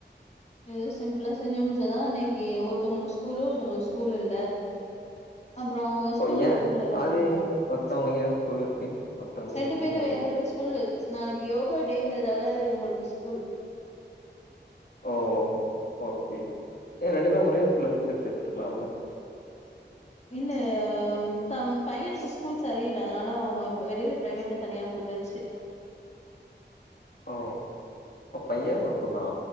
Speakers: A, on the left (about 35°); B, on the left (about 55°).
A: ஏதோ சிம்பிளா செஞ்சு முடிச்சாதா நெக். டே ஒருத்தங்களுக்கு ஸ்கூல்லு ஒருத்தங்களுக்கு. ஸ்கூல் இல்ல. அப்புறோ ஒரு ஸ்கூல்
B: ஓ ஏ
A: இருக்கு. <unintelligible>
B: அது ஒருத்தவங்களுக்கு
A: ம்ச்
B: ஏ ஸ்கூல் இருக்கு ஒருத்தவங்களுக்கு
A: ரெண்டு
B: ஏ ஸ்கூல்
A: பேரு
B: இல்ல
A: வேற வேற ஸ்கூலு. நாளைக்கு யோகா டேங்கறதால இவங்களுக்கு ஸ்கூல்.
B: ஓஹோ. ஓக்கே ஏ ரெண்டு பேரு ஒரே ஸ்கூல்ல சேத்து விட்டுருக்கலாம்ல.
A: இல்ல தம் பையனுக்கு ஸ்கூல் சரியில்ல அதனால அவங்க வெளியில பிரைவேட்ல தனியா போட்டாச்சு.
B: ஓ பைய. பொண்ணா